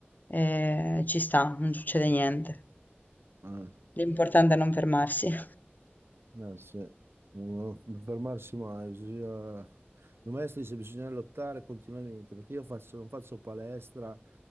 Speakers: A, on the left; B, on the right.
A: eh, ci sta, non succede niente.
B: Eh.
A: L'importante è non fermarsi. <laughs>
B: Eh sì, non non fermarsi mai, bisogna... Il maestro dice bisogna lottare continuamente, perché io faccio- non faccio palestra